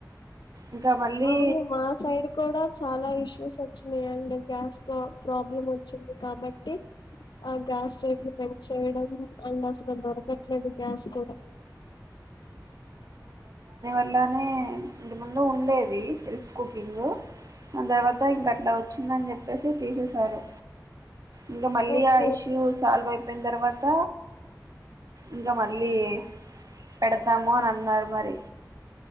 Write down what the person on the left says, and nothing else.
అవును మా సైడ్ కూడా చాలా ఇష్యూస్ అ చినయండి గ్యాస్ ప్ర ప్రాబ్లం వచ్చింది కాబట్టి ఆ గ్యాస్ రేట్లు పెన్ చేయడం అండ్ అసలు దొరకట్లేదు గ్యాస్ కూడా
ఓకే